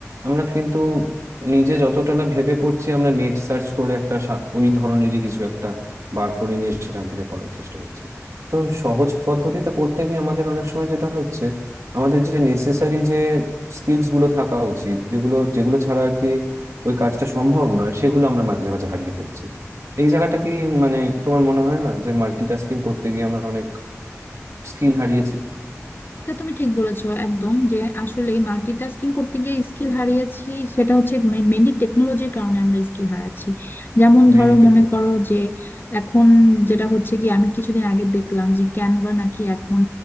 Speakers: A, on the right; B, on the left.
A: আমরা কিন্তু নিজে যতটা না ভেবে করছি আমরা নেট সার্চ করে একটা সা- ওই ধরনেরই কিছু একটা বার করে নিয়ে সেখান থেকে পড়ার চেষ্টা করছি তো সহজ পদ্ধতিতে করতে গিয়ে আমাদের অনেক সময় যেটা হচ্ছে আমাদের যে নেসেসারি যে স্কিলস গুলো থাকা উচিত যেগুলো যেগুলো ছাড়া আর কি ওই কাজটা সম্ভব নয় সেগুলো আমরা মাঝে মাঝে হারিয়ে ফেলছি এই জায়গাটা কি মানে তোমার মনে হয় না যে মাল্টিটাস্কিং করতে গিয়ে আমরা অনেক স্কিল হারিয়েছি
B: তা তুমি ঠিক বলেছো একদম যে আসলে মাল্টিটাস্কিং করতে গিয়ে স্কিল হারিয়েছি সেটা হচ্ছে মেনলি টেকনোলজির কারণে আমরা স্কিল হারাচ্ছি যেমন
A: মেন
B: ধরো
A: ইট
B: মনে
A: তো
B: করো যে এখন যেটা হচ্ছে কি আমি কিছুদিন আগে দেখলাম যে ক্যানভা নাকি এখন